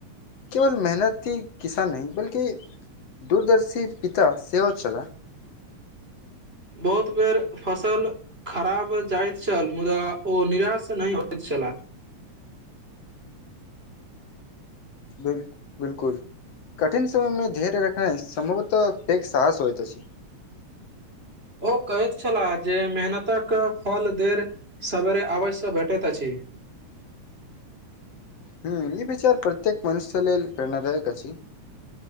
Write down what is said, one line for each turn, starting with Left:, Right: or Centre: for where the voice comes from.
Left: केवल मेहनत ही किसान नहि बल्कि दूरदर्शी पिता सेहो छला
Right: बहुत बेर फसल खराब जाइत छल मुदा ओ निराश नहि होइत छला
Left: बिल - बिलकुल कठिन समयमे धैर्य रखनाइ सम्भवतः पेघ साहस होइत अछि
Right: ओ कहैत छलाह जे मेहनतक फल देर सवेरे आवसँ भेटैत अछि
Left: हुँ ई विचार प्रत्येक मनुष्य लेल प्रेरणादायक अछि